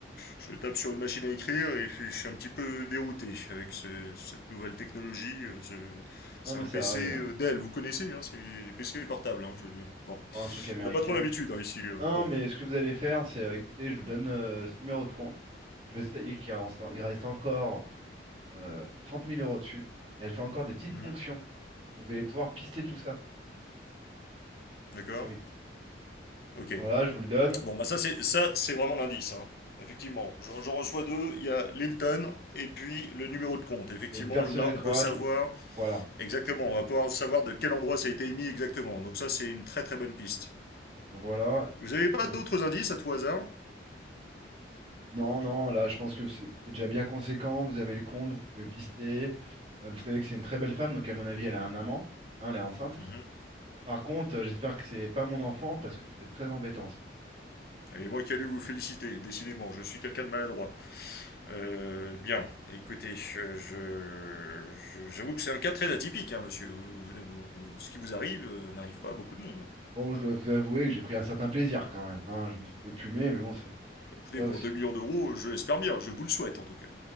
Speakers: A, on the left; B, on the right.
A: je tape sur une machine à écrire et puis je suis un petit peu dérouté avec ce- cette nouvelle technologie. euh, C'est
B: Non, mais
A: un
B: ça
A: PC
B: arrive.
A: euh,
B: hein.
A: Dell,
B: Ça
A: vous
B: m'étonne
A: connaissez, hein, c'est les PC portables. hein, je- bon,
B: Encore un truc américain.
A: on n'a pas trop l'habitude hein, ici. euh,
B: Non,
A: Bon,
B: mais ce que vous allez faire, c'est, euh, écoutez, je vous donne euh, ce numéro de compte. Je sais qu'il reste, il reste encore euh, 30 000 euros dessus. Et elle fait encore des petites
A: Mhm,
B: ponctions. Donc vous allez pouvoir pister tout ça.
A: d'accord.
B: Et oui.
A: Ok.
B: Voilà, je vous le donne.
A: Bon, bah ça, c'est ça, c'est vraiment l'indice. hein. Effectivement, j'en reçois deux. Il y a l'Hilton et puis le numéro de compte. Effectivement,
B: Et le personnel
A: là, on
B: croate,
A: peut savoir
B: voilà.
A: exactement. On va pouvoir savoir de quel endroit ça a été émis exactement. Donc ça, c'est une très très bonne piste.
B: Voilà.
A: Vous n'avez
B: Qu'est-ce
A: pas
B: que-
A: d'autres indices à tout hasard
B: Non, non, là, je pense que c'est c'est déjà bien conséquent. Vous avez le compte, vous pouvez pister. Euh, vous savez que c'est une très belle femme, donc à mon avis, elle a un amant. Hein, elle est enceinte.
A: Mhm.
B: Par contre, euh, j'espère que c'est pas mon enfant, parce que ça peut être très embêtant.
A: Et moi qui allais vous féliciter, décidément, je suis quelqu'un de maladroit. Euh, bien, écoutez, j'avoue je- je- je- j'avoue que c'est un cas très atypique, hein, monsieur. Vous- vous- vous- ce qui vous arrive euh, n'arrive pas à beaucoup de monde.
B: Bon, je dois vous avouer que j'ai pris un certain plaisir quand même, hein. Je me suis fait plumer, mais bon, c'est
A: Écoutez,
B: c'est pas
A: pour
B: aussi.
A: deux millions d'euros, je l'espère bien, je vous le souhaite en tout cas.